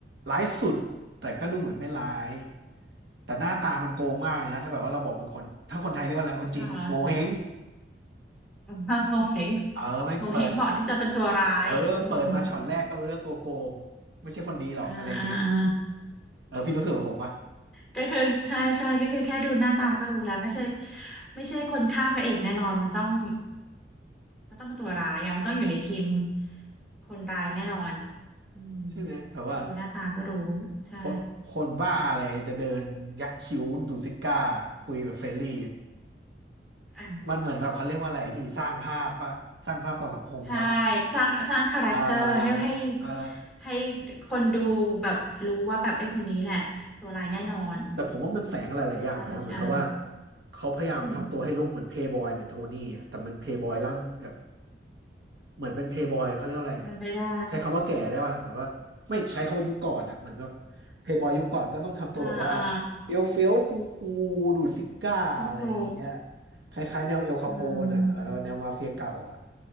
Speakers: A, on the right; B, in the centre.
A: ร้ายสุดแต่ก็ดูเหมือนไม่ร้ายแต่หน้าตามันโกงมากนะถ้าแบบว่าเราบอกเป็นคนถ้าคนไทยเรียกว่าอะไรคนจีนโงเห้ง
B: อ่าถ้างงเหง
A: เออแม่งเปิด
B: งงเหงเหมาะที่จะเป็นตัวร้ายอืม
A: เออเปิดมาช็อตแรกก็รู้แล้วตัวโกงไม่ใช่คนดีหรอกอะไรอย่างเงี้ย
B: อ่าอ่าอ่า
A: เออพี่รู้สึกกับผมปะ
B: ก็คือใช่ใช่ก็คือแค่ดูหน้าตาก็รู้แล้วไม่ใช่ไม่ใช่คนข้างพระเอกแน่นอนมันต้องมันต้องเป็นตัวร้ายอ่ะมันต้องอยู่ในทีมคนร้ายแน่นอนอืม
A: ใช่ไหมแบบว่า
B: แค่ดูหน้าตาก็รู้ใช่
A: คนคนบ้าอะไรจะเดินยักคิ้วดูซิก้าคุยแบบเฟรนลี่
B: อ่ะ
A: มันเหมือนแบบเขาเรียกว่าอะไรที่สร้างภาพป่ะสร้างภาพต่อสังคมป่ะ
B: ใช่สร้างสร้างคาแรคเตอร์ให้ให้
A: เอ่อเอ่อ
B: ให้คนดูแบบรู้ว่าแบบไอ้ยคนนี้แหละตัวร้ายแน่นอน
A: แต่ผมว่ามันแฝงอะไรหลายๆอย่างนะเหมือนกับว่า
B: ใช่ใช่
A: เขาพยายามทำตัวให้ลุกเหมือนเพย์บอยเหมือนโทนี่อะแต่มันเพย์บอยร่างแบบ
B: อืม
A: เหมือนเป็นเพย์บอยเขาเรียกว่าอะไรอ่ะ
B: มันไม่ได้
A: ใช้คำว่าแก่ได้ป่ะหมายว่าไม่ใช้คำว่ายุคก่อนอ่ะเหมือนแบบเพย์บอยยุคก่อนก็ต้องทำตัวแบบว่า
B: อ่าอ่า
A: เฟี้ยวเฟี้ยวคูคูดูดซิก้าอะไรอย่างเงี้ย
B: ก็ครู
A: คล้ายๆแนวเอลคาโปนอ่ะเออแนวมาเฟียเก่าอ่ะ
B: อืม